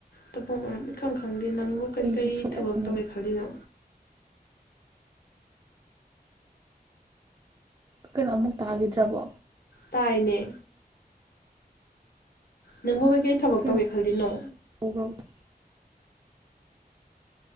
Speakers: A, on the left (about 80°); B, on the right (about 30°).
A: ꯊꯐꯝ ꯏꯈꯪ ꯈꯪꯗꯦ ꯑ ꯅꯪꯕꯨ ꯀꯔꯤ
B: ꯑꯩꯁꯨ
A: ꯀꯔꯤ
B: ꯁꯨꯛꯌꯥꯝ
A: ꯊꯕꯛ
B: ꯌꯥꯅꯤꯡ
A: ꯇꯧꯏꯦ ꯈꯔꯜꯂꯤꯅꯣ
B: ꯀꯩꯅꯣ ꯑꯃꯨꯛ ꯇꯥꯈꯤꯗ꯭ꯔꯕꯣ
A: ꯇꯥꯏꯅꯦ ꯅꯪꯕꯨ ꯀꯩꯀꯩ ꯊꯕꯛ
B: ꯀꯩꯅꯣ
A: ꯇꯧꯒꯦ ꯈꯜꯂꯤꯅꯣ
B: ꯍꯧꯈ꯭ꯔꯕ